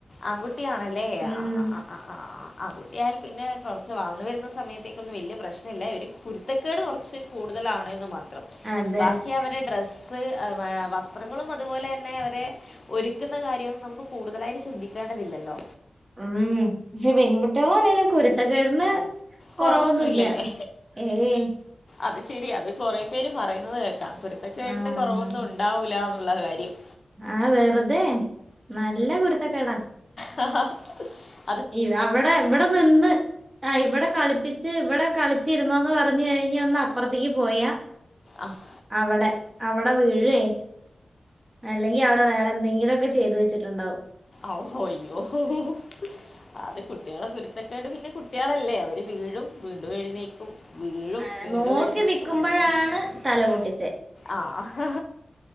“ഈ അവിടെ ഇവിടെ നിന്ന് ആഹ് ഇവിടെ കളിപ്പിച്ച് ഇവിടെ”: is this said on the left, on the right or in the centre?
Right